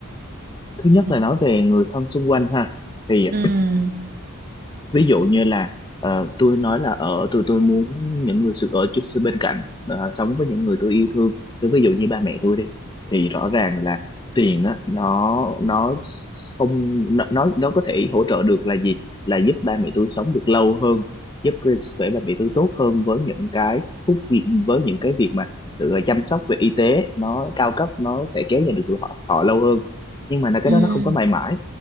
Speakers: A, on the left; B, on the right.
A: thứ nhất
B: Ừm,
A: là nói về người thân xung quanh ha thì
B: ừm,
A: ví dụ như là ờ, tôi nói là ở tôi tôi muốn những người sự ở chút xíu bên cạnh ờ, sống với những người tôi yêu thương thì ví dụ như ba mẹ tôi đi thì rõ ràng là tiền á nó nó không nó nó nó có thể hỗ trợ được là gì là giúp ba mẹ tôi sống được lâu hơn giúp cái sức khỏe ba mẹ tôi tốt hơn với những cái phúc vi- với những cái việc mà sự chăm sóc về y tế nó cao cấp nó sẽ kéo dài được tuổi họ, họ lâu hơn nhưng mà là cái
B: ừm,
A: đó nó không có mãi mãi